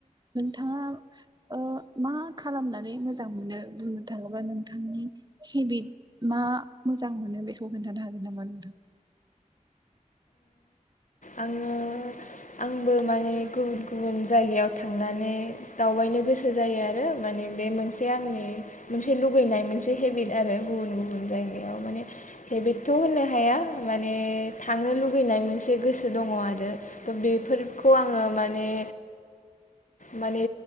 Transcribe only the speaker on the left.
आंङो आंबो माने गुबुन गुबुन जायगायाव थांनानै दावबायनो। गोसो जायो आरो माने बे मोनसे आंनि मोनसे लुगैनाय मोनसे हेबिट आरो गुबुन गुबुन। जायगायाव माने हेबिटथ होननो हाया माने थांनो लुुगैनाय मोनसे गोसो। दंङ आरो थ बेफोरखौ आंङो माने। माने